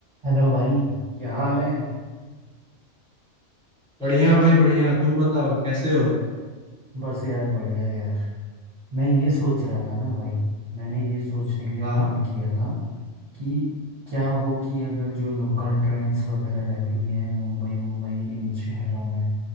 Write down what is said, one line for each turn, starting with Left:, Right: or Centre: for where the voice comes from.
Right: Hello भाई क्या हाल है
Centre: बढ़िया भाई बढ़िया तुम बताओ कैसे हो
Right: बस यार बढ़िया यार मैं ये सोच रहा था ना भाई मैंने ये सोचने के लिए
Centre: हाँ
Right: फ़ोन किया था कि क्या हो कि अगर जो लोकल ट्रेन्स वगैरह रहती हैं मुंबई मुंबई इन शहरों में